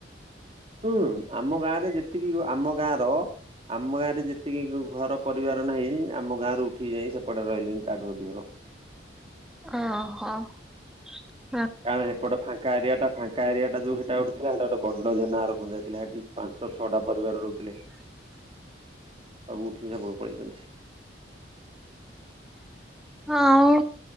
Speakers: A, on the right; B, in the centre.
A: ହୁଁ ଆମ ଗାଁ ରେ ଯେତିକି ଗ ଆମ ଗାଁ ର ଆମ ଗାଁରେ ଯେତିକି ଗୁ ଘର ପରିବାର ନାହିଁ ଆମ ଗାଁ ରୁ ଠି ଯାଇ ସେପଟ ରହିଲେଣି ତା ଠୁ ଅଧିକ ଲୋକ।
B: ଅ ହ
A: କାରଣ ହେପଟ ଫାଙ୍କା ଏରିଆଟା ଫାଙ୍କା ଏରିଆଟା ଯୋଉ ସେଟା ଗୋଟେ ଥିଲା ସେଟା ଗୋଟେ ଗଣ୍ଡ ଜେନା ଘର ଖଞ୍ଜା ଥିଲା ହେଠି ପାଞ୍ଚ ଛଅଟା ପରିବାର ରହୁଥିଲେ ସବୁ ଉଠିିକି ସେପଟକୁ ପଳେଇଛନ୍ତି।
B: ଆଉ।